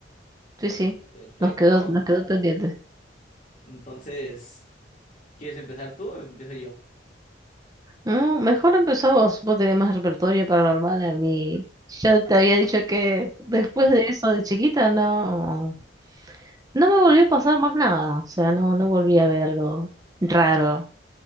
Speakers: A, on the right; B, on the left.
A: sí, sí.
B: Perfecto.
A: Nos quedó, nos quedó pendiente.
B: Entonces, ¿quieres empezar tú o empiezo yo?
A: Mm, mejor empezá vos, vos tenés más repertorio paranormal a mí. Yo te había dicho que después de eso de chiquita no, no me volvió a pasar más nada. O sea, no, no volví a ver algo raro.